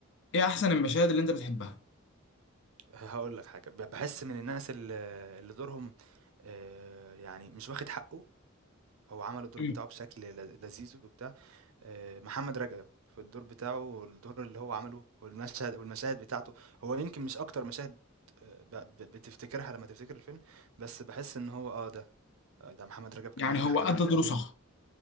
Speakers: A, on the left; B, on the right.
A: ايه احسن المشاهد اللي انت بتحبها
B: هاقول لك حاجة، ب باحس من الناس ال اللي دورهم آآ يعني مش واخد حقّه، هو عمل الدور
A: مم.
B: بتاعه بشكل ل لذيذ وبتاع آه، محمد رجب في الدور بتاعه والدور اللي هو عمله والمشهد والمشاهد بتاعته هو يمكن مش اكتر مشاهد آه، ب- ب- بتفتكرها لما تفتكر الفيلم بس بحس ان هو اه ده آه، ده محمد رجب كان
A: يعني
B: عامل
A: هو
B: حاجة
A: ادى
B: جامدة
A: دوره
B: قوي
A: صح
B: يعني